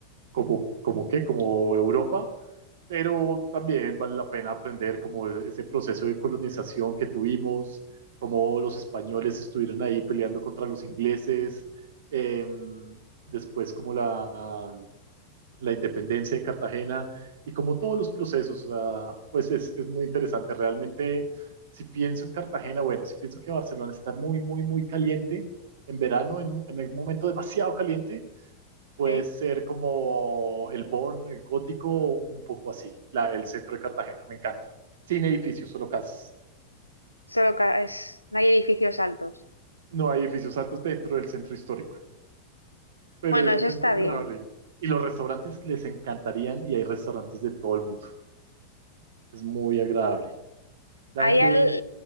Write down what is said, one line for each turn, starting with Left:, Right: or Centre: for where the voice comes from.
Right: como, como qué, como Europa, pero también vale la pena aprender como ese proceso de colonización que tuvimos, cómo los españoles estuvieron ahí peleando contra los ingleses, eh, después como la, la independencia de Cartagena y como todos los procesos, o sea, pues es, es muy interesante. Realmente, si pienso en Cartagena, bueno, si pienso que Barcelona está muy, muy, muy caliente en verano, en, un- en algún momento demasiado caliente puede
Left: ¿sí?
Right: ser como el Born, el gótico, un poco así, la, el centro de Cartagena, me encanta. Sin edificios, solo casas.
Left: Solo que es- no hay edificios altos.
Right: No hay edificios altos dentro del centro histórico, pero
Left: Bueno,
Right: es,
Left: eso
Right: es
Left: está
Right: muy
Left: bien.
Right: agradable. Y los restaurantes les encantarían y hay restaurantes de todo el mundo. Es muy agradable. La
Left: ¿Hay
Right: gente,
Left: al,